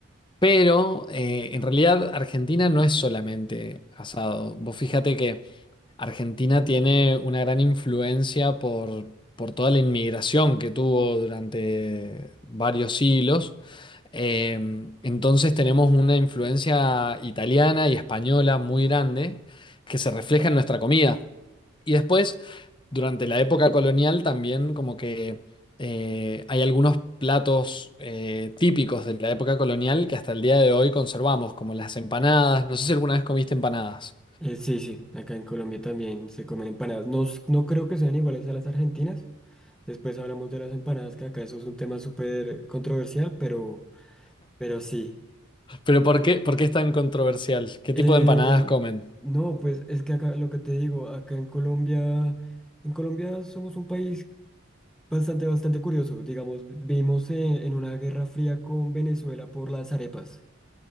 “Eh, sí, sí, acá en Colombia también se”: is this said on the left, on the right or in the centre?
Centre